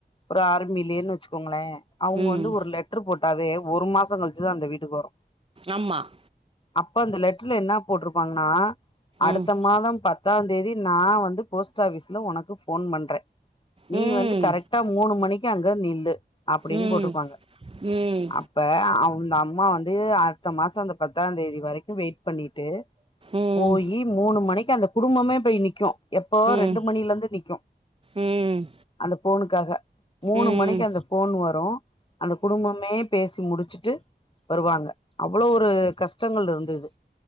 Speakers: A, on the left; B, on the right.
A: ஒரு ஆர்மிலிலேனு வெச்சு க்கோங்ளே அவுங்க
B: ம்
A: வந்து ஒரு லெட்டரு போட்டாவே ஒரு மாசோ கழிச்சுதா அந்த வீட்டுக்கு வரு
B: ஆமாம்
A: அப்ப அந்த லெட்டர்ல என்னா போட்ருப்பாங்கன்னா அடுத்த
B: ம்
A: மாதம் பத் தாந் தேதி நா வந்து போஸ்ட் ஆபிஸ்ல ஒனக்கு ஃபோன் பண்றே நீ
B: ம்
A: வந்து கரெட் டா மூணு மணிக்கு அங்க நில்லு அப்டின்
B: ம்
A: போட்ருப்பாங்க
B: ம் ம்
A: அ ப்ப அவு அந்தம்மா வந்து அடுத்த மாசோ அந்த பத்தாந் தேதி வரைக்கு வெயிட் பண்ணிட்டு
B: ம்
A: போயீ மூணு மணிக்கு அந்த குடும்பமே போய் நி்க்கு எப்போ
B: ம்
A: ரெண்டு மணிலருந்து நிக்கு
B: ம் ம்
A: அந்த ஃபோனுக்காக மூணு
B: ம்
A: மணிக்கு
B: ம் ம்
A: அந்த ஃபோன் வரு அந்த குடும்பமே பேசி முடிச்சிட்டு வருவாங்க அவ்ளோ ஒரு கஷ்டங்கள் இருந்தது